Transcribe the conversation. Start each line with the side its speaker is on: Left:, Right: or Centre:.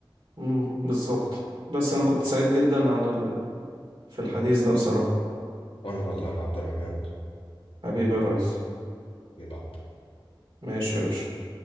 Right: مم. بالظبط بس انا كنت سعيد جدا عن ال... في الحديث ده بصراحة
Left: وانا والله يا عبد الرحمن
Right: حبيبي يا ريس
Left: بيبعت
Right: ماشي يا باشا